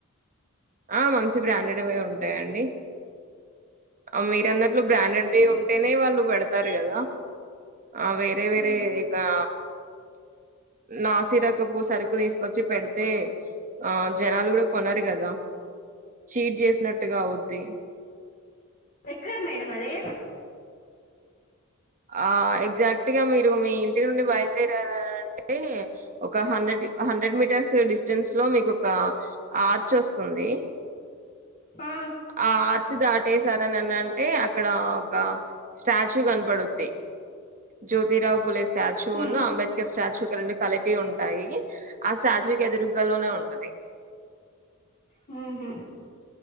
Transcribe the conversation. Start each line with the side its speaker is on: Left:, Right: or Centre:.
Right: ఆ మంచి బ్రాండెడ్వే ఉంటాయండి. ఆ మీరు అన్నట్లు బ్రాండెడ్ వే ఉంటేనే వాళ్ళు పెడత తారు గదా ఆ వేరే వేరే
Left: మ్మ్.
Right: ఇగా నాసీరకపు సరుకు తీసు కొచ్చి పెడితే. ఆ జనాలు కూడా కొనరు గదా. చీట్ చేసినట్టుగా అవుద్ది.
Left: ఎక్కడ మేడం అది
Right: ఆ ఎగ్జాక్ట్ గా మీరు మీ ఇంటి నుండి బయలుదేరారంటే ఒక హండ్రెడ్ హండ్రెడ్ మీటర్స్ డిస్టెన్స్ లో మీకు ఒక ఆర్చ్ వస్తుంది
Left: ఆ
Right: ఆ ఆర్చ్ దాటేసారననంటే అక్కడ ఒక స్టాచ్యూ కనపడుద్ది. జ్యోతిరావు పులే స్టాచ్యూను
Left: మ్మ్.
Right: అంబేద్కర్ స్టాచ్యూ క రెండు కలిపి ఉంటాయి ఆ స్టాచ్యూ కి ఎదురుగ్గల్లు లోనే ఉంటది.
Left: హ్మ్మ్